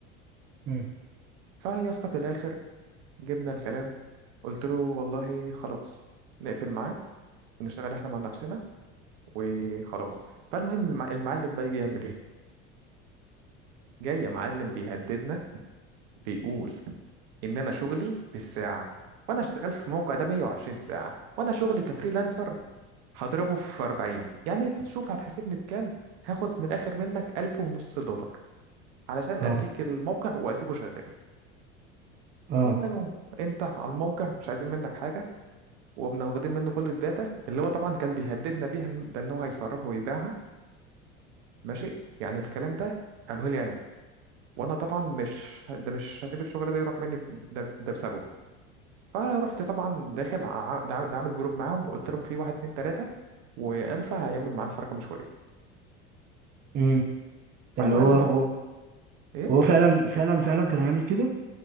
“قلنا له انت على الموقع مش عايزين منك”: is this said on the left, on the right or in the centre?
Right